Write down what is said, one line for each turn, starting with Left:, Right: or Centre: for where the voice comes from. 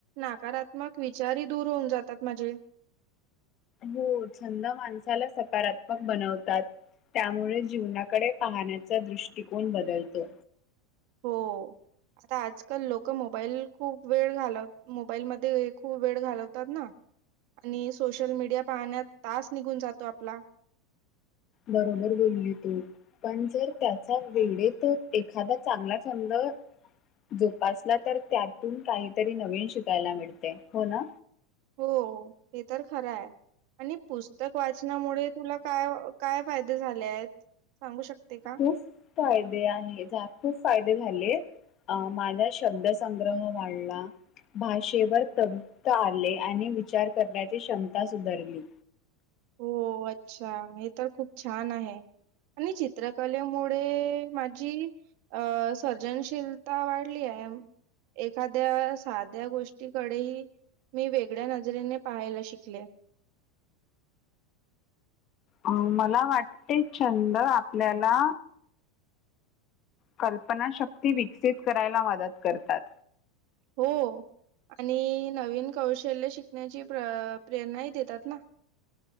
Right: नकारात्मक विचारी दूर होऊन जातात माझे
Left: हो छंद माणसाला सकारात्मक बनवतात त्यामुळे जीवनाकडे पाहण्याचा दृष्टिकोन बदलतो
Right: हो. आता आजकाल लोक मोबाईल खूप वेळ घालव मोबाईलमध्ये खूप वेळ घालवतात ना. आणि सोशल मीडिया पाहण्यात तास निघून जातो आपला..
Left: बरोबर बोलली तु. पण जर त्याचा वेळेत एखादा चांगला छंद जोपासला तर त्यातून काहीतरी नवीन शिकायला मिळते हो ना?
Right: हो हे तर खरं आहे आणि पुस्तक वाचनामुळे तुला काय. काय फायदे झाले आहेत सांगू शकते का?
Left: खूप फायदे आणि खूप फायदे झाले अ माझा शब्दसंग्रह वाढला. भाषेवर तपत आले आणि विचार करण्याची क्षमता सुधारली
Right: हो अच्छा हे तर खूप छान आहे अणुचित चित्रकलेमुळे माझी अ सर्जनशीलता वाढली आहे. एखाद्या साध्या गोष्टीकडेही मी वेगळ्या नजरेने पाहायला शिकले.
Left: अ मला वाटते छंद आपल्याला कल्पना शक्ती विकसित करायला मदत करतात
Right: हो आणि नवीन कौशल्य शिकण्याची प्र प्रेरणाही देतात ना